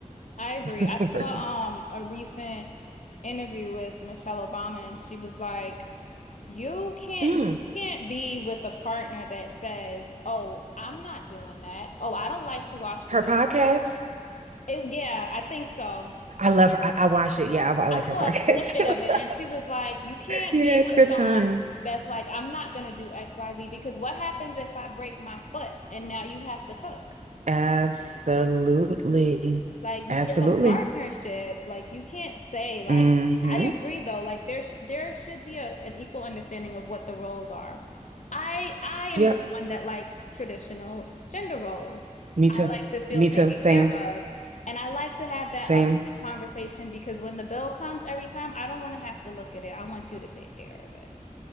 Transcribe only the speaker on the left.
I
agree.
I
saw um a recent interview with Michelle Obama and she was like You can't
you can't be with a partner that says, "Oh, I'm not doing that. Oh, I don't like to wash
the dishes."
So, it, yeah, I think so.
I
saw
a snippet of it and
she was like, "You can't
be
with
someone
that's like, I'm not gonna do XYZ because what happens if I break my foot and now you have to cook?"
Like you,
it's a partnership. Like you can't say like
I agree though. Like there sh there should be a, an equal understanding of what the roles are. I I am
someone that likes traditional gender roles.
I
like to feel
taken
care of, and I like to have that
upfront conversation because when the bill comes every time, I don't want to have to look at it. I want you to take care of it.